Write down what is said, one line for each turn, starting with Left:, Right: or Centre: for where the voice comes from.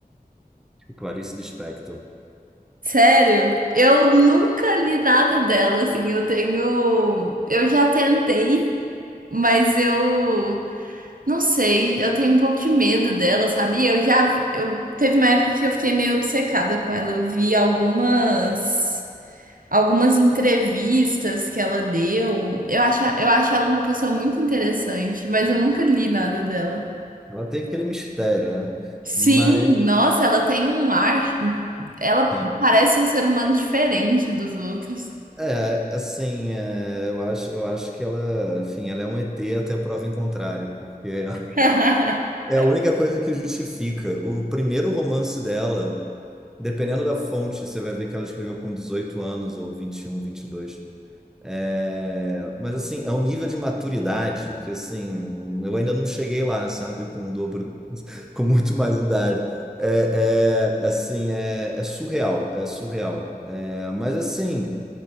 Centre: tipo, Clarice Lispector.
Right: Sério? Eu nunca li nada dela, assim. Eu tenho. Eu já tentei, mas eu não sei. Eu tenho um pouco de medo dela, sabe? Eu já. Eu... Teve uma época que eu fiquei meio obcecada com ela. Eu vi algumas. Algumas entrevistas que ela deu. Eu acho, eu acho ela uma pessoa muito interessante, mas eu nunca li nada dela.
Centre: Ela tem aquele mistério, né?
Right: Sim,
Centre: Mas
Right: nossa, ela tem um ar. Ela
Centre: tem.
Right: parece um ser humano diferente dos outros.
Centre: É, assim, é, eu acho, eu acho que ela, enfim, ela é um ET até prova em contrário, porque <laughs>
Right: <laughs>
Centre: é a única coisa que justifica. O primeiro romance dela, dependendo da fonte, você vai ver que ela escreveu com 18 anos ou vinte vinte e um vinte e dois é, mas assim, é um nível de maturidade que assim, eu ainda não cheguei lá, sabe? Com o dobro, da- <laughs> com muito mais idade. É, é, assim, é, é surreal, é surreal. É, mas assim,